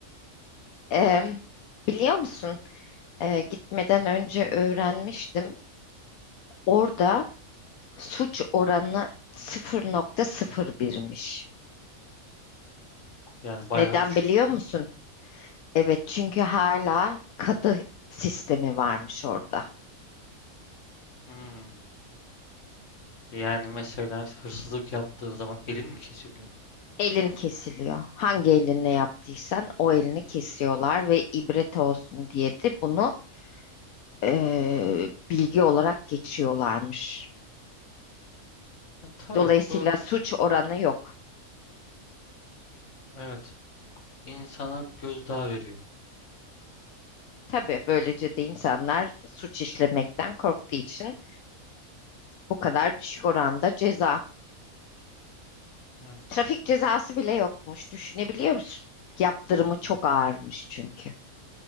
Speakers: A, on the left; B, on the left.
A: Ee, biliyor musun? Ee, gitmeden önce öğrenmiştim. Orada suç oranı 0.01'miş.
B: Yani bayağı
A: Neden
B: düşük.
A: biliyor musun? Evet, çünkü hala kadı sistemi varmış orada.
B: Hmm. Yani mesela işte hırsızlık yaptığın zaman elin mi kesiliyor?
A: Elin kesiliyor. Hangi elinle yaptıysan o elini kesiyorlar ve ibret olsun diye de bunu eee, bilgi olarak geçiyorlarmış.
B: Ya tabii
A: Dolayısıyla
B: bu
A: suç oranı yok.
B: evet insana bir gözdağı veriyor.
A: Tabii böylece de insanlar suç işlemekten korktuğu için bu kadar düşük oranda ceza.
B: Evet.
A: Trafik cezası bile yokmuş. Düşünebiliyor musun? Yaptırımı çok ağırmış çünkü.